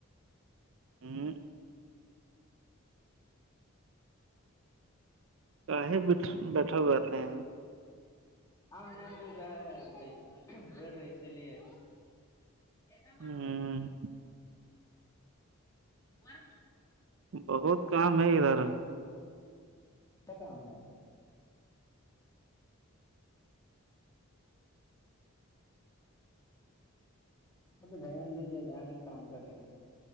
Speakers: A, on the right; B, on the left.
A: ھم کہیں بیٹھ بیٹھا ہوے ہیں
B: آم نیم مل رہا ہے ب بیٹ رہے اسی لیے ا
A: ہ
B: مار
A: بہت کام ہے ادھر ابھی
B: ب کام ہے اب دھیان دیجیے جائیں گے کام کرنے